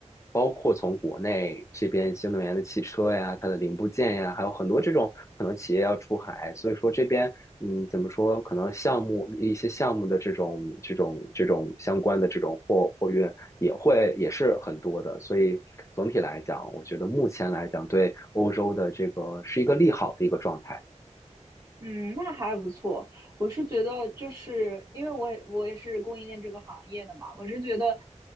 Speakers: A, on the left (about 25°); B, on the right (about 30°).
A: 包括从国内这边新能源的汽车呀、它的零部件呀，还有很多这种可能企业要出海，所以说这边嗯，怎么说，可能项目一些项目的这种这种这种相关的这种货货运也会也是很多的，所以总体来讲，我觉得目前来讲对欧洲的这个是一个利好的一个状态。
B: 嗯，那还不错。我是觉得，就是因为我也我也是供应链这个行业的嘛，我是觉得